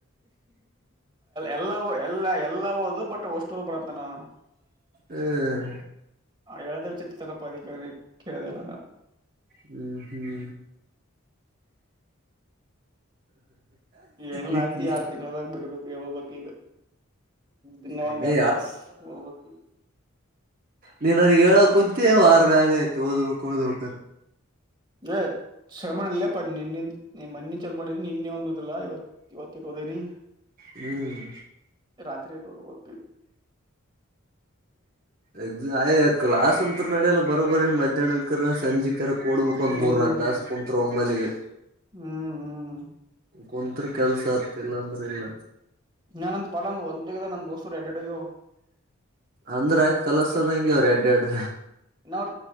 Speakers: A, on the right; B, on the right.
A: ಎಲ್ಲ ಎಲ್ಲ ಎಲ್ಲ ಓದು ಬಟ್ ಒಷ್ಟು ಓದ್ ಬೇಡಂತ ನ
B: ಹ್ಮ್
A: ಹೇಳದೇ ವಿಚಿತ್ರ ತನ ಪದಕನ ಕೇಳಿದೆಲ್ಲ
B: ಹ್ಮ್ ಹ್ಮ್
A: ಏನ್ಲಿ
B: ನಿಕ್ಕಿ
A: ಆಯ್ತಿ ಎರಡ್ ತಿಂಗಳದಾಗ ಬರ್ಬೇಕು ಹೋಗಬೇಕ ಈಗ ದಿನ್ನ
B: ಅಣ್ಣೆ
A: ಒಂದ್ ಎರಡ ತಾಸ ಓದಬೇಕ
B: ನೀನ್ನ್ಗೆ ಹೇಳಕ್ ಕುಂತ ವಾರ ಮ್ಯಾಗ ಆಯ್ತು ಓದ್ಬೇಕ್ ಓದ್ಬೇಕ್ಂತ
A: ಏ ಶರಮಲ್ಲ ನಿನ್ನ ಮಣ್ಣಿನ ಚರ್ಮ ನಿನ್ನೆ ಒಂದುದಿಲ್ಲವ ಇವತ್ತು ಅದ ನೀ
B: ಹ್ಮ್
A: ರಾತ್ರಿಯಿಟ್ಟ ಓದಬೇಕ
B: ಹೌದ ಎಯ ಕ್ಲಾಸ್ ಅಂತ ನಡಿಯಲ್ಲ ಬರೋಬರಿ ಮಧ್ಯಾಹ್ನಕರ ಸಂಜೆ ಕರ ಕೊಡ್ಬೇಕ್ ಒಂದ್
A: ಹ್ಮ್
B: ಮೂರ್ನಾಕು ತಾಸ ಕುಂತರ ಒಮ್ಮಲಿಗೆ
A: ಹ್ಮ್ ಹ್ಮ್
B: ಕೊಂತ್ರ ಕೆಲ್ಸ ಆಗ್ತಿಲ್ಲ ಅಂದ್ರ ಇಲ್ಲ
A: ನಾನ ಅಂದ ಪಡ ಅಂತ ಒಂದುದ ಅಂದ ದೋಸ್ತರು ರೆಡ್ಡೆಯೋ
B: ಅಂದ್ರ ಆಯ್ತ್ ಕಲಸತದ ಹಂಗೆ ಅವ್ರ ಎಡ್ ಎರಡ್
A: ಇನ್ನ ಅವರ